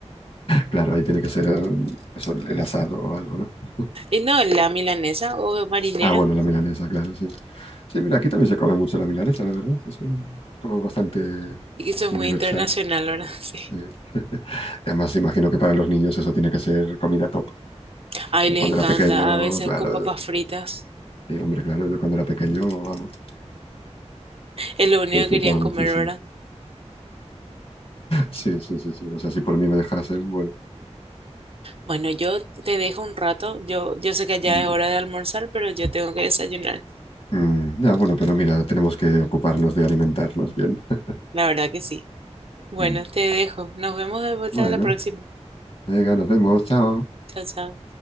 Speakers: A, on the left; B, on the right.
A: claro, ahí tiene que ser eh, eso, el asado o algo, ¿no? <laughs>
B: Y no, la milanesa o marinera,
A: Ah, bueno, la milanesa, claro, sí. Sí, mira, aquí también se come mucho la milanesa, la verdad. Es un- como bastante
B: y eso es
A: universal.
B: muy internacional, ¿verdad? <laughs> Sí.
A: eh. <laughs> Además, imagino que para los niños eso tiene que ser comida top.
B: Ay,
A: Yo
B: les
A: cuando
B: encanta,
A: era pequeño,
B: a veces
A: claro,
B: con papas
A: yo-
B: fritas,
A: sí, hombre, claro, yo cuando era pequeño, vamos,
B: es lo único
A: lo disfrutaba
B: que querían
A: muchísimo.
B: comer, ¿verdad?
A: Sí, sí, sí, sí. O sea, si por mí me dejasen, bueno.
B: Bueno, yo te dejo un rato, yo, yo sé que ya
A: Mm,
B: es hora de almorzar, pero yo tengo que desayunar,
A: mm, ya, bueno, pero mira, tenemos que ocuparnos de alimentarnos bien. <laughs>
B: la verdad que sí. Bueno,
A: Mm.
B: te dejo, nos vemos de vuelta
A: Bueno,
B: a la próxima.
A: venga, nos vemos, chao.
B: Chao, chao.